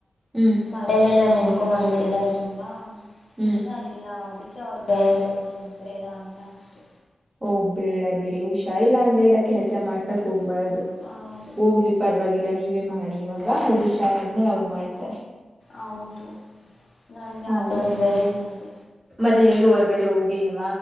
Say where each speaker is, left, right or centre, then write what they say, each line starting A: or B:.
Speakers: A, on the right; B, on the left.
A: ಹ್ಮ್
B: ಮಳೆಯಲೆಲ್ಲ ನೆನ್ಕೊ ಬಂದ್ಬಿಡಿದ್ದಾರೆ ತುಂಬಾ
A: ಹ್ಮ್
B: ಹುಷಾರಿಲ್ಲ ಅವದಿಕ್ಕೆ ಅವರಕೈಯಲ್ ತೋಳ್ಸೋದು ಬೇಡ ಅಂತ ಅಷ್ಟೆ
A: ಓ ಬೇಡ ಬಿಡಿ ಹುಷರಿಲ್ಲ ಲ್ಲ
B: ಹ್ಮ್
A: ಕೆಲ್ಸ ಮಾಡ್ಸಕ್ ಹೋಗ್ಬಾರದು
B: ಹೌದು
A: ಹೋಗ್ಲಿ ಪರವಾಗಿಲ್ಲ ನೀವೇ ಮಾಡಿ ಇವಾಗ
B: ಹ್ಮ್
A: ಅವ್ರು ಹುಷಾರಾದ್ಮೇಲೆ ಅವ್ರು ಮಾಡ್ತಾರೆ
B: ಹೌದು ನನಗೆ
A: ಹೌದು
B: ಅದೊಂದು ಬರೆ ಚಿಂತೆ
A: ಮತ್ತೆ ಎಲ್ಲೂ ಹೊರಗಡೆ ಹೋಗಿಲ್ಲ